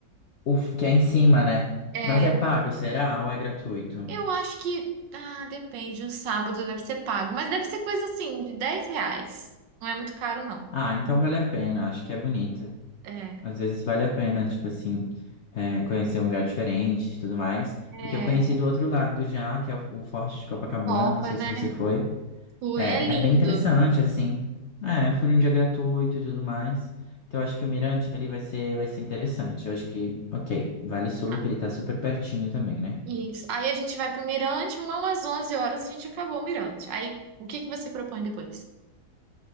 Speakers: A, on the left (about 70°); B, on the right (about 85°).
A: O f- que é em cima, né?
B: É,
A: Mas é pago, será? Ou é gratuito?
B: Eu acho que. Ah, depende. O sábado deve ser pago. Mas deve ser coisa assim, de 10 reais. Não é muito caro, não.
A: Ah, então vale a pena, acho que é bonita.
B: É.
A: Às vezes vale a pena, tipo assim, é, conhecer um lugar diferente e tudo mais.
B: É.
A: Porque eu conheci do outro lado já, que é o o Forte de Copacabana,
B: Pipoca,
A: não sei
B: né?
A: se você foi.
B: Fui,
A: É,
B: é lindo.
A: é bem interessante, assim. É, fui num dia gratuito e tudo mais. Então eu acho que o Mirante ali vai ser, vai ser interessante. Eu acho que, ok, vale super
B: Ah,
A: e tá super pertinho também, né?
B: Isso. Aí a gente vai pro Mirante, umas 11 horas a gente acabou o Mirante. Aí, o que que você propõe depois?